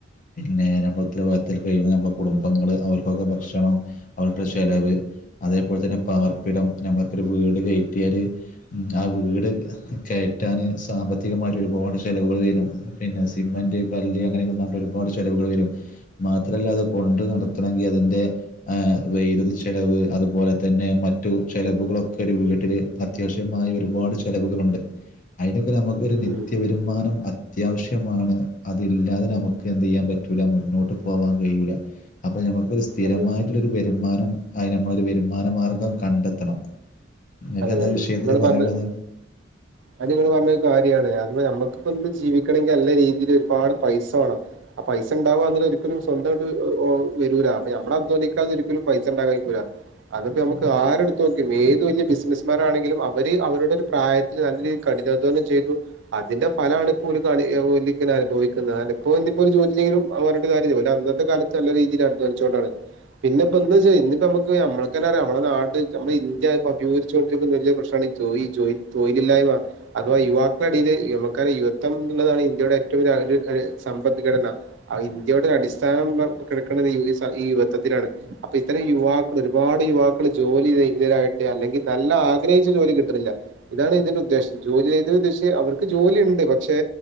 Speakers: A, on the left (about 45°); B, on the right (about 80°).
A: പിന്നെ ഞമ്മളെ ഉത്തരവാദിത്തത്തിൽ കഴിയുന്ന ഞമ്മളെ കുടുംബങ്ങള് അവർക്കൊക്കെ ഭക്ഷണം. അവരുടെ ചെലവ് അതേപോലെ തന്നെ പാർപ്പിടം ഞമ്മളിപ്പോ ഒരു വീട് കയറ്റിയാല്. ഉം ആ വീട്. കെയറ്റാന് സാമ്പത്തികമായിട്ട് ഒരുപാട് ചെലവുകൾ വെരും പിന്നെ സിമന്റ് കല്ല് അങ്ങനെയൊക്കെ പറഞ്ഞിട്ട് ഒരുപാട് ചെലവുകൾ വരും മാത്രല്ല അത് കൊണ്ട് നടത്തെണങ്കി അതിൻ്റെ ഏഹ് വെദ്യുതി ചെലവ് അതുപോലെ തന്നെ മറ്റു ചെലവുകളൊക്കെ ഒരു വീട്ടില് അത്യാവശ്യമായ ഒരുപാട് ചെലവുകളുണ്ട് അയിനൊക്കെ ഞമുക്ക് ഒരു നിത്യ
B: ഉം
A: വെ രുമാനം അത്യാവശ്യമാണ് അതില്ലാതെ നമുക്ക് എന്തയ്യാൻ പറ്റൂല മുന്നോട്ട് പോകൻ കയുല അപ്പഞമ്മക്ക് ര് സ് സ്ഥിരമായിട്ടുള്ളൊരു
B: അതെ
A: വരുമാനം അയിന് നമ്മളൊരു വരുമാനമാർഗം കണ്ടെത്തണം ങ്ങക്ക്
B: അതെ
A: എന്താ
B: അതെ
A: ഇവിഷയത്തില്
B: നിങ്ങൾ
A: പറയാനുള്ളത്
B: പറഞ്ഞ അത് നിങ്ങള് പറഞ്ഞരു കാര്യണ് അത് നമ്മുക്കി ഇന്ന് ജീവിക്കണങ്കി നല്ല രീതിയിൽ ഒരുപാ ട്പൈസ വേണം ആഹ പൈസ ഉണ്ടവുക എന്നത് ഒരിക്ക ലും സ്വന്തമായിട്ട വരൂല അപ്പഞമ്മള അധ്വനിക്കാത ഒരിക്കലും പൈസ ഇണ്ടാകാ ൻ കയ്യുല അത്പ്പ നമക്ക് ആരടുത്ത് നോക്ക ഏത് വലിയ ബിസ് നസ്ന്മാര്ണെങ്കിലുംഅവര് അവരുടെ ഒരു പ്രായത്തില്നല്ല കഠിനാധ്വാനം ചെയ്തു അതിന്റെ ഫലണ് ഇപ്പോഒരു കണി അനുഭവിക്കുന്നത് ഇപ്പ ഇിപ്പോ ഒരു ജോലിചെതിങ്കലും പറഞ്ഞിട്ട് കാര്യം ഇല്ല ഓല് അന്ന് ത്തെ കാലത്ത് നല്ല രീതിയിൽ അധ്വാനിച്ചോണ്ടാണ് പിന്നെപ്പ ഇന്ന് ച്ചനമ്മുക്ക് നമ്മുക്ക ന്നെ റിയാ നമ്മുടെ നാട് നമ്മുടെ ഇ ന്ത്യ <unintelligible> ചോണ്ടിരിക്ക്ന്നവലിയ പ്രശ്ന മാണ് തൊയ്ജോയ് തെയ് ല്‌ല്ലായ്മ അഥവാ യുവാക്കളടയില് നമക്ക് റിയ യുവത്വം എന്നുള്ളതാണ് ഇന്ത്യയുടെ ഏറ്റവും വലിയസമ്പദ്ഘടന ആ ഇന്ത്യയുടെ അടിസ്ഥാനം കിടക്കണത് ഈ യുവത്വത്തിലാണ് അപ്പ ഇത്തറയും യുവാ ഒര്പാട് യുവാക്കള് ജോലി രഹിതരായിട്ട് അല്ലെങ്കി ന ല്ല ആഗ്രഹിചജോലി കിട്ടിന്നില്ല ഇതാണ് ഇതിന്റെ ഉദ്ദേശം ജോലി ചെയ്ത ദ്ദേശഅവർക്ക് ജോലിണ്ട് പക്ഷെ